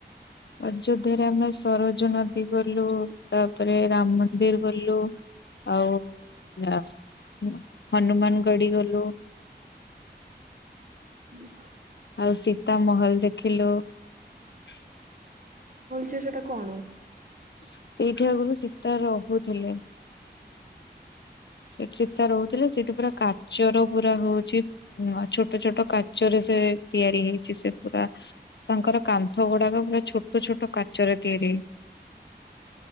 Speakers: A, on the left (about 75°); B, on the right (about 50°).
A: ଅଯୋଧ୍ୟରେ ଆମେ ସରୋଜ ନଦୀ ଗଲୁ ତାପରେ ରାମ ମନ୍ଦିର ଗଲୁ ଆଉ ନା <unintelligible> ହନୁମାନ ଗଡିଗଲୁ।
B: <unintelligible>
A: ଆଉ ସୀତା ମହଲ ଦେଖିଲୁ <unintelligible>
B: ସେ ସେଟା କଣ,?
A: <unintelligible> ସେଇଠି ଆଗରୁ ସୀତା ରହୁଥିଲେ, ଛେଟ୍ ଛେଟ୍ ଟା ଚିତିତାରହୁ ସେଥି ରେ ସେଠା ପୁରା କାଚର ପୁରା ହଉଛି ନା ଛୋଟ୍ ସେ ଛୋଟ କାଚ ରେ ସେ ତିଆରି ହେଇଛି ସେ ପୁରା ତାଙ୍କର କାନ୍ଥ ଗୁଡାକ ପୁରା ଛୋଟ ଛୋଟ କାଟ୍ ଚରେ ତିଆରି <unintelligible>